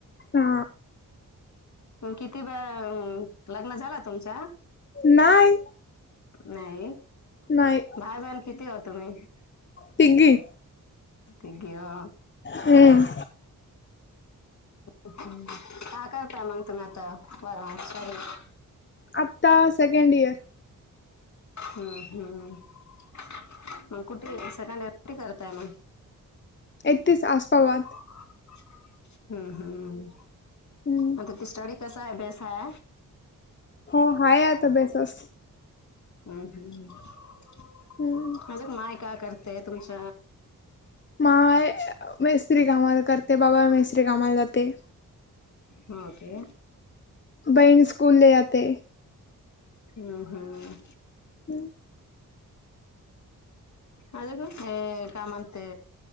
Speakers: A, on the left (about 35°); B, on the left (about 55°).
A: हा
B: किती वेअअम लग्न झाला तुमचा?
A: नाही
B: नाही,
A: नाही
B: भाई बहन किती ओ तुम्ही?
A: तिघी.
B: तिघी ओ
A: हम्म.
B: काय करता मंग तुम्ही आता <unintelligible>
A: आत्ता सेकंड इयर
B: हम्म, हम्म म कुठ ते सेकंड इयर कुठे करताय म
A: एकतीस आसपावाद
B: हम्म हम्म
A: हम्म
B: म ते स्टडी कसाय बेस हाय?
A: हो हाय आता बेसस.
B: हम्म हम्म
A: हम्म
B: अजूक माय काय करते तुमच?
A: माय मिस्त्री कामाला करते बाबा मिस्त्री कामाला जाते.
B: हो के.
A: बहीण स्कूले आते.
B: हम्म, हम्म.
A: <inaudible>
B: अजूक हे काय म्हणते